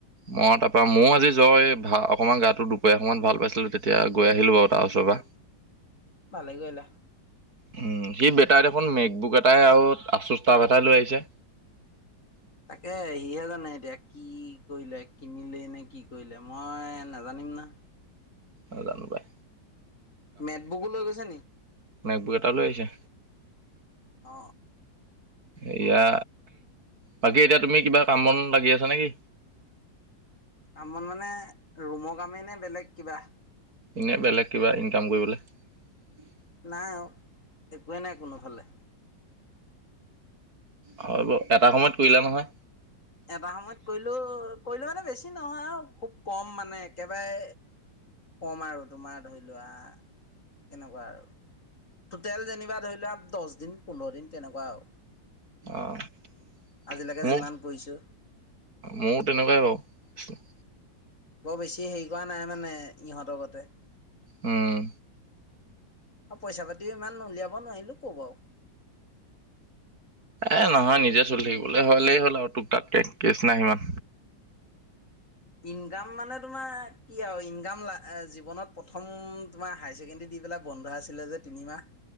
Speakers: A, on the right; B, on the left.
A: মই তাৰ পৰা মই আজি যাওঁ এই অকণমান গাটো দুপৰীয়া সময়ত ভাল পাইছিলো তেতিয়া গৈ আহিলো বাৰু পাছৰবা
B: ভালে কৰিলা
A: উম সি বেটাৰী দেখোন মেকবুক এটাই আৰু আচুস্তাফ এটাই লৈ আহিছে
B: তাকে সিহে জানে এতিয়া কি কৰিলে কিনিলে নে কি কৰিলে মই নাজানিম না
A: আ গানো বাই
B: মেট বুকো লৈ গৈছে নি
A: ন একবোৰ এটা লৈ আহিছে
B: অ
A: এয়া বাকী এতিয়া তুমি কিবা কামন লাগি আছা নেকি
B: আমন মানে ৰুমৰ কামেই নে বেলেগ কিবা
A: এনে বেলেগ কিবা ইনকাম কৰিবলৈ
B: নাই অ একোৱেই নাই কোনোফালে
A: হয় ব এটা সময়ত কৰিলা নহয়
B: এবাৰ সময়ত কৰিলো কৰিলেো মানে বেছি নহয় আৰু খুব কম মানে একেবাৰে কম আৰু তোমাৰ ধৰি লোৱা কেনেকুৱা আৰু টোটেল যেনিবা ধৰি লোৱা দহ দিন পোন্ধৰ দিন তেনেকুৱা আৰু
A: আহ
B: আজিলৈকে
A: মোক
B: যিমান কৰিছোঁ
A: মোৰ তেনেকুৱাই বাৰু অ
B: বৰ বেছি হেৰি কৰা নাই মানে ইহঁতকতে
A: উম
B: পইচা পাতিও ইমান উলিয়াব নোৱাৰিলো ক বাৰ
A: এ নহয় নিজে চলি থাকিবলৈ হলেই হ'ল আৰু তোক তাতকে কেচ নাই সিমান
B: ইনকাম মানে তোমাৰ কি আৰু ইক জীৱনত প্ৰথম তোমাৰ হ ছেকেণ্ডৰী দি পেলাই বন্ধ আছিলে যে তিনিমাহ